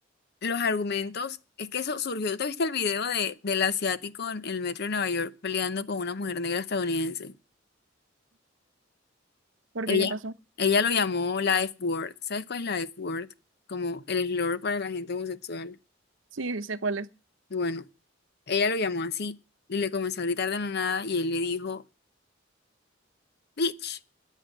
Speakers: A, on the left (about 55°); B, on the right (about 70°).
A: los argumentos, es que eso surgió, ¿te viste el video de, del asiático en el metro de Nueva York peleando con una mujer negra estadounidense?
B: ¿Por
A: Ella,
B: qué? ¿Qué pasó?
A: ella lo llamó la F-word. ¿Sabes cuál es la F-word? Como el slur para la gente homosexual.
B: Sí, sé cuál es.
A: Y bueno, ella lo llamó así y le comenzó a gritar de la nada y él le dijo, bitch.